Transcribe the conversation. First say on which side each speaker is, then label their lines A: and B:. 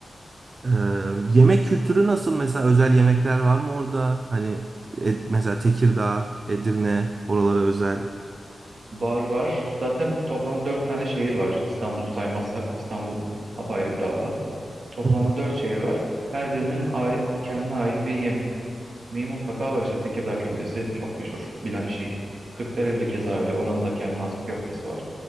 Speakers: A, on the right; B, on the right.
A: Ee, yemek kültürü nasıl mesela özel yemekler var mı orada? Hani e, mesela Tekirdağ, Edirne oralara özel.
B: Var var. Zaten toplam dört tane şehir var. İstanbul'u saymazsak. İstanbul apayrı bir dava. Toplamda
A: Hı hı.
B: dört şehir var. Her birinin ai- kendine ait bir yemeği mutlaka var. İşte Tekirdağ köftesi çok meşhur, bilinen bir şey. Kırklareli'de keza öyle. Oranın da kendine has bir köftesi var.